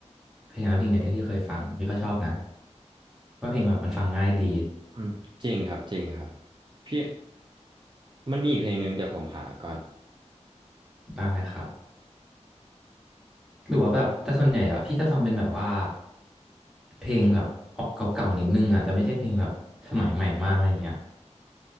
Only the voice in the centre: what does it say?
เพลงนั้นเพลงเดียวที่พี่เคยฟังพี่ก็ชอบนะว่าเพลงแบบมันฟังง่ายดี
ได้ครับหรือว่าแบบแต่ส่วนใหญ่อะพี่จะฟังเป็นแบบว่าเพลงแบบออกเก่าๆนิดนึงอะจะไม่ใช่เพลงแบบสมัยใหม่มากอะไรอย่างเงี้ย